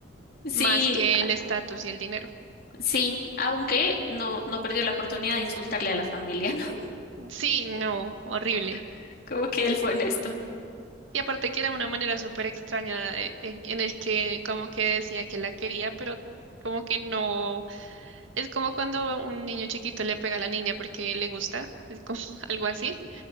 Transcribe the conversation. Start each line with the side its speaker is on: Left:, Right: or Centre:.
Left: Sí,
Right: más que el estatus y el dinero.
Left: sí, aunque no, no perdió la oportunidad de insultarle a la familia, ¿no?
Right: Sí, no, horrible.
Left: <laughs> Como que él fue honesto.
Right: Y aparte que era una manera súper extraña eh, en, en el que como que decía que la quería, pero como que no. Es como cuando un niño chiquito le pega a la niña porque le gusta, es como <laughs> algo así,